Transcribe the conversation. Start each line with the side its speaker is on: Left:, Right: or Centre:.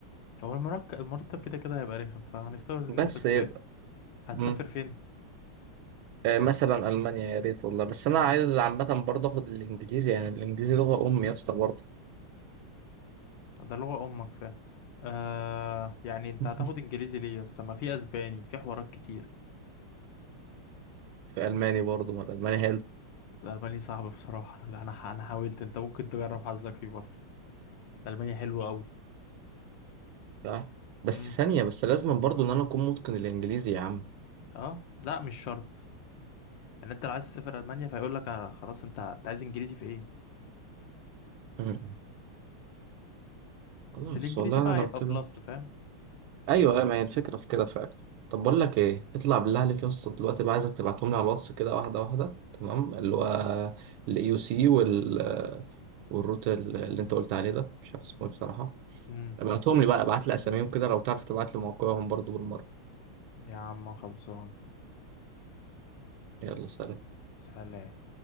Left: هو المركب المرتب كده كده هيبقى رخم فهنفترض ان
Right: بس
Left: انت سافرت
Right: يبقى
Left: هتسافر
Right: مم.
Left: فين
Right: آه، مثلا المانيا يا ريت والله بس انا عايز عامة برضه اخد الانجليزي يعني الانجليزي لغة امي يا اسطى برضه
Left: ده لغة امك فيها آه يعني انت
Right: <laughs>
Left: هتاخد انجليزي ليه يا اسطى ما في اسباني في حوارات كتير
Right: في الماني برضه ما الالماني حلو
Left: الالماني صعب بصراحة انا انا أنا حاولت انت ممكن تجرب حظك فيه برضه المانيا حلوة قوي
Right: صح بس
Left: امم
Right: ثانية بس لازم برضه ان انا اكون متقن الانجليزي يا عم
Left: اه لا مش شرط يعني انت لو عايز تسافر المانيا فيقول لك آه خلاص انت انت عايز انجليزي في ايه
Right: مم. خلاص
Left: بس الانجليزي
Right: والله
Left: بقى
Right: انا لو
Left: هيبقى
Right: كده
Left: بلس فاهم
Right: ايوه ايوه ما هي الفكره في كده فعلا طب بقول لك ايه اطلع بالله عليك يا اسطى دلوقتي بقى عايزك تبعتهم لي على الواتس كده واحده واحده تمام اللي هو الاي يو سي وال والروت ال- اللي انت قلت عليه ده مش عارف اسمه ايه بصراحه
Left: امم
Right: ابعتهم لي بقى ابعت لي اساميهم كده لو تعرف تبعت لي موقعهم برضو بالمره
Left: يا عم خلصان
Right: يلا سلام
Left: سلام